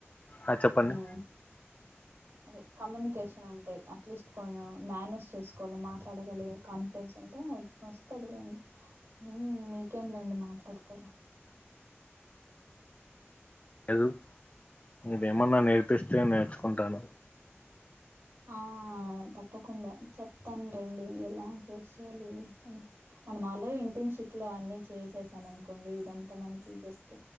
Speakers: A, on the left (about 35°); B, on the right (about 65°).
A: ఆ చెప్పండి
B: మ్ అదే కమ్యూనికేషన్ ఉంటే అట్లీస్ట్ కొను మేనేజ్ చేసుకోవాలె మాట్లాడగలిగే కాన్ఫిడెన్స్ ఉంటే ఒట్ ఒస్తది లేండి ఊమ్ మీకేం లేండి మాట్లాడతారు
A: ఎల్ మీరేమన్నా నేర్పిస్తే నేర్చుకుంటాను
B: ఆ తప్పకుండా చెప్తాన్ రండి ఎలా ఫేస్ చేయాలి అని మనం ఆల్రెడీ ఇంటర్న్షప్ లో అన్ని చేసేసాం అనుకోండి ఇదంతా మనకి జస్ట్